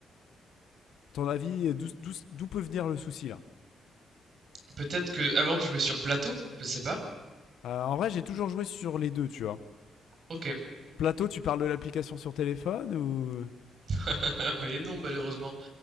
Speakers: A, on the left; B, on the right.
A: À ton avis, d'où d'où- d'où peut venir le souci là
B: peut-être que avant tu jouais sur plateau, je sais pas.
A: Euh, En vrai, j'ai toujours joué sur les deux, tu vois.
B: Ok.
A: Plateau, tu parles de l'application sur téléphone ou
B: <laughs> Et non, malheureusement.